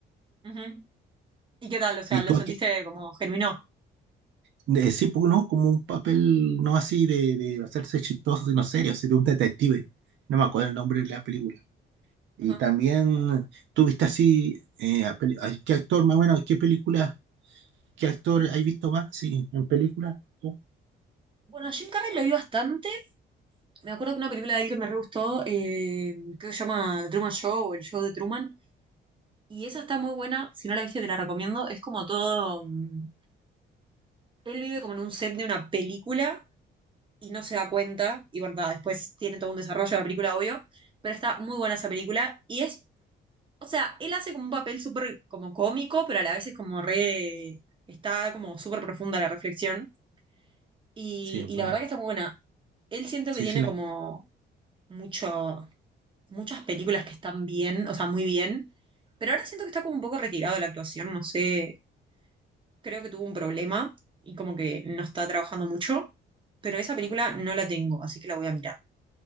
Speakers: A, on the right; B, on the right.
A: ujú. ¿Y qué tal? O sea,
B: Y tú
A: ¿lo sentiste
B: aquí,
A: como germinó?
B: de, sí, pues, no, como un papel no así de, de hacerse chistoso, sino serio, así de un detective, no me acuerdo el nombre de la película. Y
A: Ajá.
B: también tuviste así, eh, a peli- a- ¿qué actor más o menos, qué película? ¿Qué actor hay visto más? Sí, en películas. tú.
A: Bueno, Jim Carrey lo vi bastante. Me acuerdo que una película de él que me re gustó, eh, creo que se llama Truman Show o El Show de Truman. Y esa está muy buena, si no la viste te la recomiendo. Es como todo... mm, Él vive como en un set de una película y no se da cuenta. Y bueno, nada, después tiene todo un desarrollo de la película, obvio. Pero está muy buena esa película. Y es, o sea, él hace como un papel súper como cómico, pero a la vez es como re. Está como súper profunda la reflexión. Y,
B: Sí, es
A: y
B: buena.
A: la verdad que está muy buena. Él siento
B: Sí,
A: que tiene
B: sí, la,
A: como mucho, muchas películas que están bien, o sea, muy bien. Pero ahora siento que está como un poco retirado de la actuación, no sé creo que tuvo un problema y como que no está trabajando mucho, pero esa película no la tengo, así que la voy a mirar,